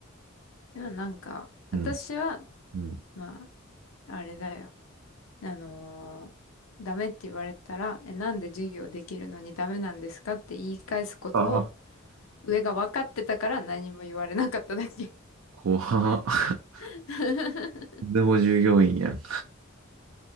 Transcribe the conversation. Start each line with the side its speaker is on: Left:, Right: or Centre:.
Left: でもなんか、私は、
Right: うん、うん。
Left: まあ、あれだよ。あのーダメって言われたら、え、なんで授業できるのにダメなんですかって言い返すことを、
Right: ああ、
Left: 上が分かってたから何も言われなかっただけ。
Right: 怖っ。<laughs>
Left: <laughs>
Right: でも従業員やん。